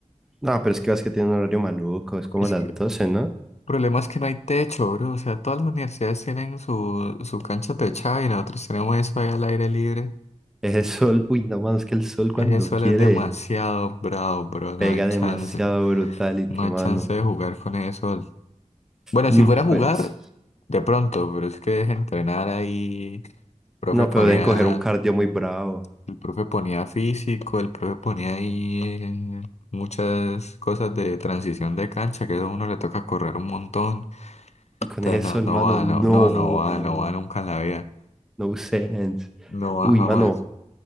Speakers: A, in the centre; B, on the left.
A: No, pero es que vas que tiene un horario maluco, es como
B: Es
A: a las
B: que el
A: doce, ¿no?
B: problema es que no hay techo, bro. O sea, todas las universidades tienen su, su cancha techada y nosotros tenemos eso ahí al aire libre.
A: Es el sol. <laughs> Uy, no, mano, es que el sol
B: Ese
A: cuando
B: sol
A: quiere
B: es demasiado bravo, bro. No
A: pega
B: hay chance.
A: demasiado brutality,
B: No hay
A: mano.
B: chance de jugar con ese sol. Bueno,
A: Mm,
B: si fuera a jugar,
A: Pues.
B: de pronto, pero es que es entrenar ahí. El profe
A: No,
B: ponía,
A: pero deben coger un cardio muy bravo.
B: el profe ponía físico, el profe ponía ahí eh, muchas cosas de transición de cancha, que eso a uno le toca correr un montón.
A: Y con
B: Entonces
A: eso,
B: no, no
A: hermano,
B: va,
A: no.
B: no, no, no va, no va nunca en la vida.
A: No sense.
B: No va
A: Uy,
B: jamás.
A: mano.